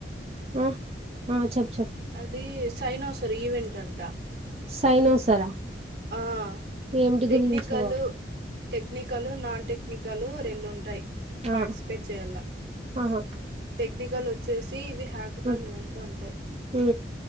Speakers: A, on the right (about 35°); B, on the right (about 65°).
A: ఆ ఆ చెప్
B: అది సైనోస్ ప్రివెంట్ అంట
A: సైనోసరా
B: ఆ
A: ఏమిటి
B: టెక్నికల్
A: గురించో
B: టెక్నికల్ నాన్ టెక్నికల్ గలు రెండు ఉంటాయి పార్టిసిపేట్
A: ఆ
B: చేయాల
A: ఆహా
B: టెక్నికల్ వచ్చేసి ఇవి హ్యాకోథన్
A: ఉ
B: ఇవ్వంతా ఉంటాయి
A: ఉ ఉ